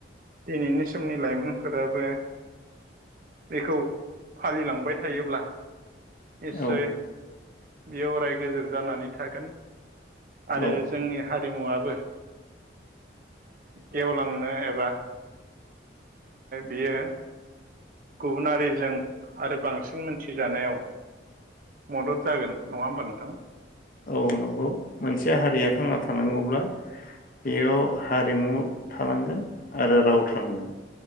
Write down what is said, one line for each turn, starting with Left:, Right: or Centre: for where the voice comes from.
Right: दिनैनि समनि लाइमोनफोराबो बेखौ फालिलांबाय थायोब्ला निस्सय
Left: औ
Right: बेयो अराय गोजोर जानानै थागोन आरो
Left: औ
Right: जोंनि हारिमुवाबो गेवलांनो एबा बियो गुबुनारिजों आरो बांसिन मोनथिजानायाव मदद जागोन नङा होमबा नोंथां
Left: औ नंगौ मोनसे हारिया थांना थानांगौब्ला बेयाव हारिमु थानांगोन आरो राव थानांगोन